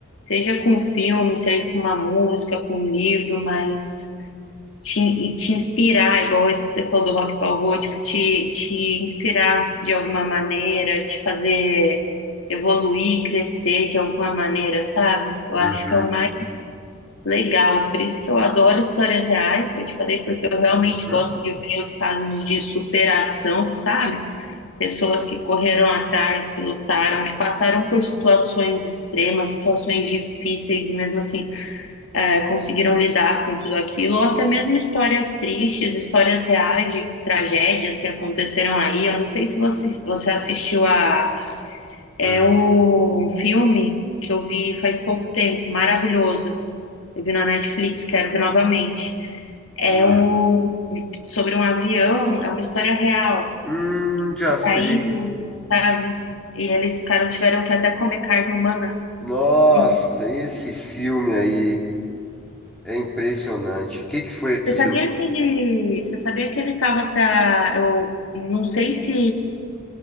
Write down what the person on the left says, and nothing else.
Seja com filme, seja com uma música, com um livro, mas te, e te inspirar, igual esse que você falou do rock balboa, tipo, te, te inspirar de alguma maneira, te fazer evoluir, crescer de alguma maneira, sabe? Eu acho
que é o mais legal, por isso que eu adoro histórias reais, que eu te falei, porque eu realmente
gosto de ver os casos de superação, sabe? Pessoas que correram atrás, que lutaram, que passaram por situações extremas, situações difíceis e mesmo assim é, conseguiram lidar com tudo aquilo, ou até mesmo histórias tristes, histórias reais de tragédias que aconteceram aí. Eu não sei se você, você assistiu a
é o filme que eu vi faz pouco tempo, maravilhoso. Eu vi na Netflix, quero ver novamente. É
um sobre um avião, é uma história real.
E
caiu, sabe? E eles ficaram, tiveram que até comer carne humana.
Uhum.
Você sabia que ele, você sabia que ele tava pra. eu não sei se